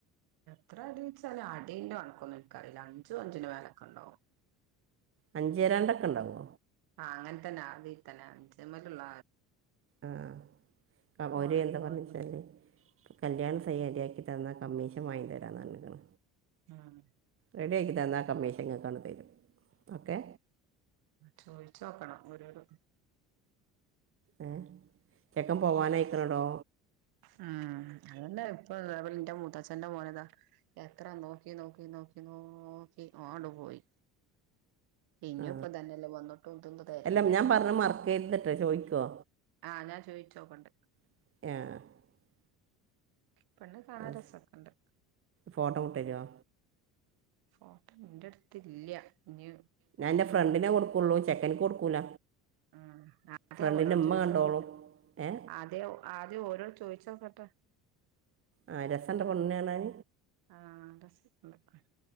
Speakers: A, on the right (about 70°); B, on the right (about 35°).
A: ഇത്ര അടിച്ചാല് അടിന്റെ കൺക്കൊന്നും ഇൻക്കറീല അഞ്ചും അഞ്ചിന്റെ മേലൊക്കെ ഇണ്ടാകും
B: അഞ്ചേരണ്ടൊക്കെ ഇണ്ടാവോ?
A: അങ്ങൻ തന്നെ അതി തന്നെ അഞ്ചമ്മലുള്ള
B: ആഹ് കബോര്
A: ഒരു മോനൊരു
B: എന്താ
A: മോളു
B: പർന്നേച്ചാല് കല്യാണ <unintelligible> ശരിയാക്കി തന്നാ കമ്മീഷൻ വാങ്ങി തരാന്ന് പർഞ്ക്ക്ണ്
A: ആഹ്
B: റെഡി ആക്കി തന്നാ കമ്മീഷൻ ഇങ്ങക്കണ്ട് തരും ഓക്കെ
A: ചോയ്ച്ചോക്കണം ഒരോര്
B: ഏഹ് ചെക്കൻ പോവാനയ്ക്ക്‌ണടോ
A: ഉം അതന്നെ <unintelligible> ത്തച്ഛന്റെ മോനതാ എത്ര നോക്കി നോക്കി നോക്കി നോക്കി ഓണ്ട് പോയി ഇഞ്ഞും
B: ആ
A: പ്പ തന്നെല്ലേ വന്നുട്ടും ഇതും തെര്യല്
B: അല്ല ഞാൻ പറഞ്ഞ മറക്കരുതിട്ടോ ചോദിക്കോ
A: ആഹ് ഞാൻ ചോയ്ച്ചോക്കട്ടെ
B: <unintelligible>
A: പെണ്ണ് കാണാ
B: ആ,
A: രസക്ക്ണ്ട്
B: ഫോട്ടോ വിട്ടുതരുമോ
A: ഫോട്ടോ ഇന്റെട്ത്ത് ഇല്ല ഇഞ്
B: ഞാൻന്റെ ഫ്രണ്ടിനെ കൊടുക്കൊള്ളൂ ചെക്കന് കൊടുക്കൂല
A: ഉം ആദ്യം
B: ഫ്രണ്ടിൻ്റെ
A: ഓരോട്
B: ഉമ്മ
A: ചോദിച്ചാക്കട്ടെ
B: കണ്ടോളും ഏ
A: ആദ്യ ആദ്യം ഓരോട് ചോദിച്ച് ട്ടോക്കട്ടെ
B: ആ രസമുണ്ട്
A: ട്ടാ
B: പെണ്ണിനെ കാണാൻ
A: ആഹ് ഡ്രസ്സ്‌ ണ്ട് <unintelligible>